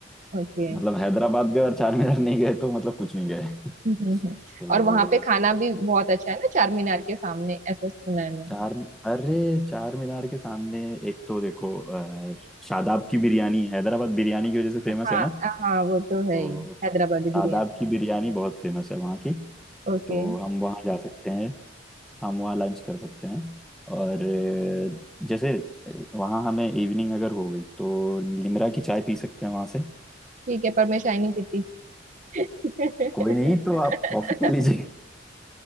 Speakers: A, on the right; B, in the centre.
A: ओके
B: मतलब हैदराबाद गए और चार मीनार नहीं गए तो मतलब कुछ नहीं गए
A: हम्म हम्म, हम्म।
B: तो
A: और वहाँ पे खाना भी बहुत अच्छा है ना चार मीनार के सामने ऐसा सुना है मैंने
B: चार अरे चार मीनार के सामने एक तो देखो अ, शादाब की बिरयानी हैदराबाद बिरयानी की वजह से
A: हाँ
B: फेमस है ना
A: हाँ वो तो है
B: तो
A: ही हैदराबादी
B: शादाब
A: बिरयानी
B: की बिरयानी बहुत फेमस है वहाँ की
A: ओके
B: तो हम वहाँ जा सकते हैं हम वहाँ लंच कर सकते हैं और अ, जैसे अ, वहाँ हमें इवनिंग अगर हो गई तो निमरा की चाय पी सकते हैं वहाँ से
A: ठीक है पर मैं चाय नहीं पीती <laughs>
B: कोई नहीं तो आप कॉफ़ी पी लीजिए